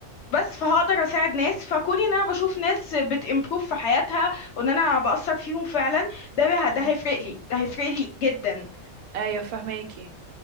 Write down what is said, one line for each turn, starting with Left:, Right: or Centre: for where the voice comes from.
Left: بس فهقدر اساعد ناس فكوني ان انا بشوف ناس بتimprove في حياتها وان انا بأثر فيهم فعلا ده
Right: مم.
Left: ده هيفرق لي ده هيفرق لي جدا
Right: ايوه فهماكي